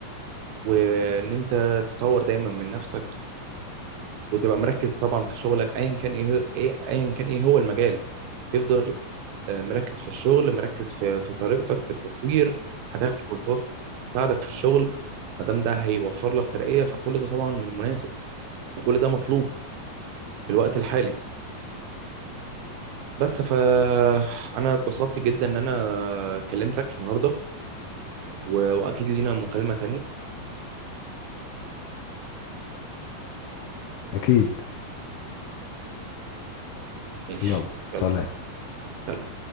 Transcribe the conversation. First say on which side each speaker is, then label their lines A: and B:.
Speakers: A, on the right (about 75°); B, on the left (about 80°).
A: وان انت تطور دايما من نفسك وتبقى مركز طبعا في شغلك ايا كان ايه هو- ايه ايا كان ايه هو المجال تفضل آه، مركز في الشغل مركز في في طريقتك في التطوير هتاخد كورسات تساعدك في الشغل ما دام ده هيوفر لك ترقية فكل ده طبعا مناسب وكل ده مطلوب في الوقت الحالي بس فأنا اتبسطت جدا إن أنا كلمتك النهاردة و- وأكيد لينا مكالمة تانية
B: اكيد
A: ماشي
B: يلا سلام
A: يلا سلام